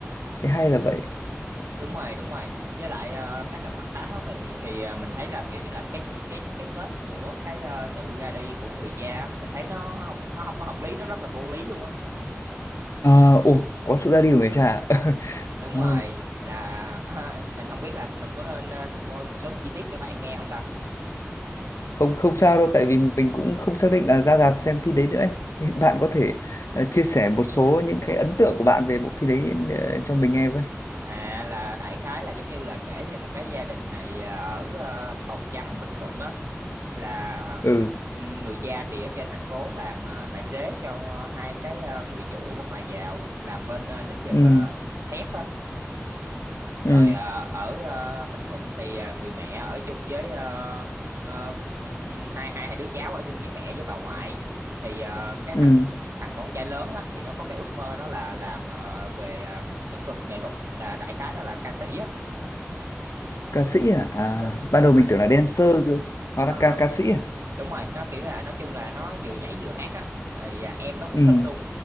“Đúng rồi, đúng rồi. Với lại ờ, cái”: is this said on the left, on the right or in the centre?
Right